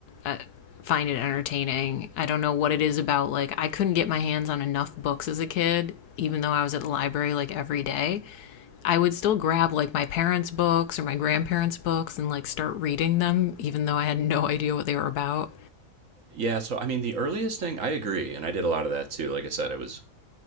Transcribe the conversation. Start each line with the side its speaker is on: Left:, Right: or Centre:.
Left: uh, find it entertaining i don't know what it is about like i couldn't get my hands on enough books as a kid even though i was at the library like every day I would still grab like my parents' books or my grandparents' books and like start reading them, even though I had no idea what they were about.
Right: Yeah, so I mean, the earliest thing I agree, and I did a lot of that too. Like I said, it was